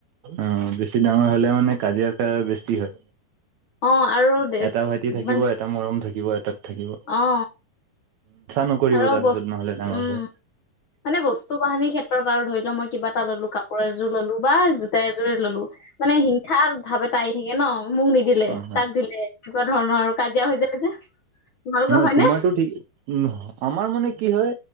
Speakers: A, on the right (about 80°); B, on the left (about 75°).
A: অ' বেছি ডাঙৰ হ'লে মানে কাজিয়া আকা বেছি হয়।
B: অ আৰু
A: এটা ভাইটি থাকিব
B: মানে
A: এটা মৰম থাকিব, এটাত থাকিব।
B: অ
A: নকৰিব
B: আৰু
A: তাৰপিছত
B: বছ উম,
A: নহ'লে ডাঙৰ হৈ।
B: মানে বস্তু বাহিনিৰ ক্ষেত্ৰত আৰু ধৰি যে মই কিবা এটা ললো কাপোৰৰ এযোৰ ললো বা জোতা এযোৰে ললো মানে হিংসা ভাৱ এটা আহি থাকে না। অ' মোক নিদিলে
A: অ',
B: তাক দিলে এনেকুৱা ধৰণৰ আৰু কাজিয়া হৈ যায় যে। তোমালোকৰ
A: নই
B: হয়নে?
A: তোমাৰটো ঠিক, নহয় আমাৰ মানে কি হয়